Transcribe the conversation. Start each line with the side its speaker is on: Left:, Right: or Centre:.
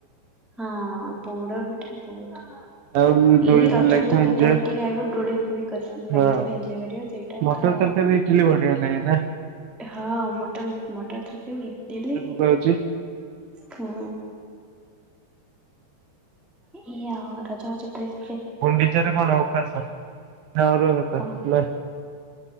Centre: ହଁ ପୁଡାପିଠା ବହୁତ।
Right: ଆଉ ଦୋଳି
Centre: ଏଇ ରଜରେ
Right: ଫୋଳି ଲାଗିଥିବ
Centre: ତ ପିଠା
Right: ଏଞ୍ଜୟ
Centre: ପିଠି ଖାଇବୁ ଡୋଳି ଫୁଳି କର ଲାଗଥିବ
Right: ହଁ।
Centre: ଏନଜୟ କରିବ ସେଇ
Right: ମଟର
Centre: ତ
Right: ତରକାରୀ ଇଟଲି ବଢିଆ ଲାଗେ ନା?
Centre: ଏ ହଁ ମଟଲ ମଟର ତରକାରୀ ଇଟିଲି
Right: ମୁଁ ଆଜି
Centre: ହଁ। ଇ, ଆଅ, ରଜ ଫଜ ଡ୍ରେସ୍
Right: ଗୁଣ୍ଡିଚାରେ କଣ ଓପାସ ନା ଅରୁଆ ଭାତ
Centre: କଣ
Right: ନା